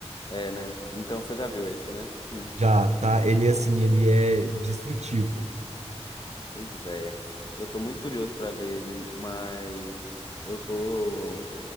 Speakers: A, on the left; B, on the right.
A: É, né? Então você já viu esse, né? Hum.
B: Já, tá? Ele, assim, ele é destrutivo.
A: Pois é. Eu tô muito curioso pra ver ele, mas eu tô